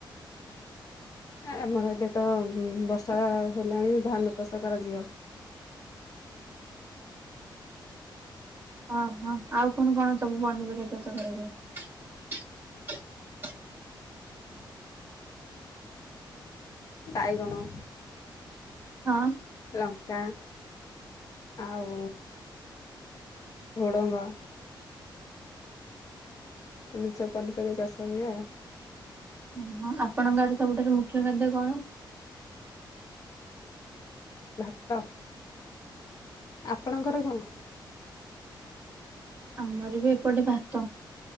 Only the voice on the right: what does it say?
ଅ‌ ହଁ ଆଉ କଣ କଣ ସବୁ ପନିପରିବା ଚାଷ କରାଯାଏ।
ହଁ।
ଓ ହୋ ଆପଣଙ୍କର ସବୁଠାରୁ ମୁଖ୍ୟ ଖାଦ୍ୟ କଣ?
ଆମର ବି ଏପଟେ ଭାତ।